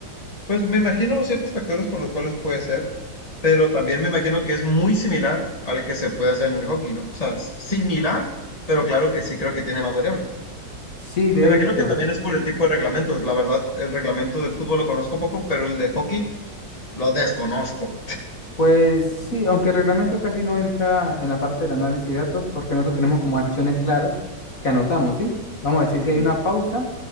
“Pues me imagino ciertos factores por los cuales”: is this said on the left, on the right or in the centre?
Left